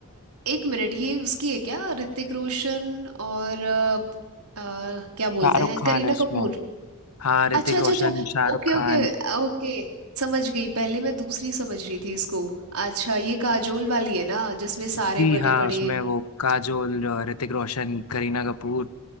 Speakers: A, on the right; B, on the left.
A: एक मिनट ये उसकी है क्या ऋतिक रोशन और अ, अ, क्या बोलते
B: शाहरुख
A: हैं
B: खान
A: करीना
B: है उसमें
A: कपूर
B: हाँ ऋतिक
A: अच्छा अच्छा
B: रोशन
A: अच्छा
B: शाहरुख
A: Okay
B: खान
A: okay ओके समझ गई पहले मैं दूसरी समझ रही थी इसको अच्छा ये काजोल वाली है ना जिसमें सारे
B: जी
A: बड़े
B: हाँ
A: बड़े
B: उसमें
A: वो
B: वो काजोल अ, ऋतिक रोशन करीना कपूर